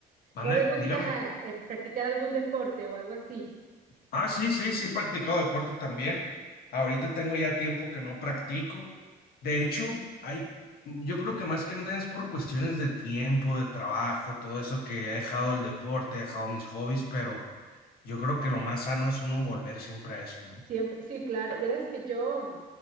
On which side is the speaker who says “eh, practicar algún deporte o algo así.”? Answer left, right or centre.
Right